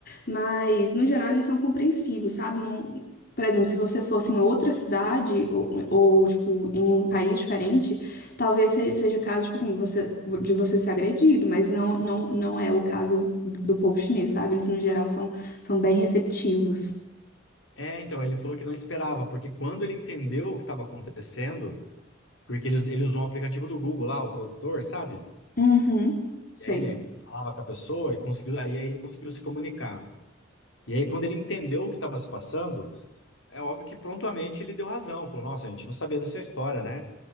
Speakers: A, on the left; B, on the left.
A: mas, no geral, eles são compreensivos, sabe? Não, por exemplo, se você fosse em outra cidade ou, ou, tipo, em um país diferente, talvez se- seja o caso, tipo assim, você, de você ser agredido, mas não, não, não é o caso do povo chinês, sabe? Eles, no geral, são, são bem receptivos.
B: É, então, ele falou que não esperava, porque quando ele entendeu o que estava acontecendo, Porque eles, ele usou um aplicativo do Google lá, o tradutor, sabe?
A: Uhum, sei.
B: E aí ele falava com a pessoa e conseguiu, aí ele conseguiu se comunicar. E aí, quando ele entendeu o que estava se passando, é óbvio que prontamente ele deu razão. Falou, nossa, a gente não sabia dessa história, né?